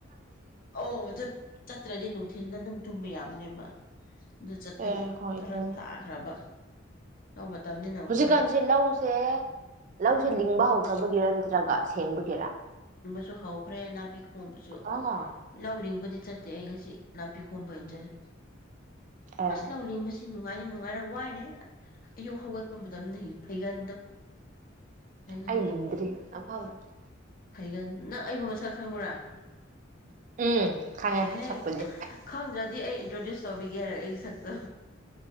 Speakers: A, on the left (about 45°); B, on the right (about 40°).
A: ꯑꯣ ꯆꯠꯇ꯭ꯔꯗꯤ ꯅꯨꯡ ꯊꯤꯟꯗ ꯑꯗꯨꯝ ꯇꯨꯝꯕ ꯌꯥꯕꯅꯦꯕ ꯑꯗꯨ ꯆꯠꯄꯒꯤ
B: ꯑꯦ ꯍꯣꯏ
A: ꯐꯔꯛ
B: ꯑꯗꯨꯅꯦ
A: ꯇꯥꯈ꯭ꯔꯕ ꯂꯧ ꯃꯇꯝꯅꯤꯅ ꯎꯄꯥꯏ
B: ꯍꯧꯖꯤꯛꯀꯥꯟꯁꯦ
A: ꯂꯩꯇꯦ
B: ꯂꯧꯁꯦ ꯂꯧꯁꯦ ꯂꯤꯡꯕ ꯍꯧ ꯐꯕꯒꯤꯔ ꯅꯠꯇ꯭ꯔꯒ ꯁꯦꯡꯕꯒꯤꯔ
A: ꯁꯨ ꯍꯧꯈ꯭ꯔꯦꯅ ꯈꯣꯝꯕꯁꯨ
B: ꯑꯥ
A: ꯂꯧꯅꯤꯡꯕꯗꯤ ꯆꯠꯇꯦ ꯑꯩ ꯉꯁꯤ ꯅꯥꯄꯤ ꯈꯣꯝꯕ ꯑꯣꯏꯅ ꯆꯠꯂꯦ
B: ꯑꯦ
A: ꯑꯁ ꯂꯧ ꯂꯤꯡꯕꯁꯤ ꯅꯨꯡꯉꯥꯏꯌꯦ ꯅꯨꯡꯉꯥꯏꯔ ꯋꯥꯏꯔꯦ ꯑꯌꯨꯛ ꯍꯧꯒꯠꯄ ꯃꯇꯝꯗꯒꯤ ꯐꯩꯒꯟꯗꯣ ꯐꯩꯒꯟ
B: ꯑꯩ ꯂꯤꯡꯗ꯭ꯔꯤ ꯑꯐꯕ
A: ꯐꯩꯒꯟ ꯅꯪ ꯑꯩꯕꯨ ꯃꯁꯛ ꯈꯪꯕ꯭ꯔꯥ
B: ꯎꯝ ꯈꯪꯉꯦ
A: ꯍꯦꯛ
B: ꯁꯛꯄꯨꯗꯤ
A: ꯈꯪꯗ꯭ꯔꯗꯤ ꯑꯩ ꯏꯟꯇ꯭ꯔꯣꯗ꯭ꯌꯨꯁ ꯇꯧꯕꯤꯒꯦ ꯑꯩ ꯁꯛꯇꯣ